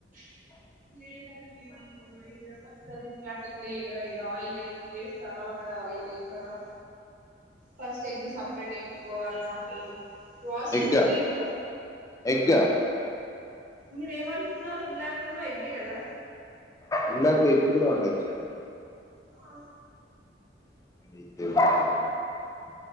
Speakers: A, on the right; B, on the left.
A: <unintelligible> లేదండి నాకు ఐడియా ఫస్ట్ అది ప్యాకెట్లో ఆయిలెంటి లేస్తార మరి ఆ ఆయిల్ ల ఏంపరా ఫస్ట్ ఎగ్ సపరేట్ ఎంపుకోవాలన ఏం వాసింగ్
B: ఎగ్గా
A: తెలీయదు
B: ఎగ్గా
A: మీర ఏమంటున్నారు ఉల్లాకున్ను ఎగ్గే గదా
B: ఉల్లాకు ఎగ్ కూడా వండొచ్చండి
A: ఆ
B: <unintelligible>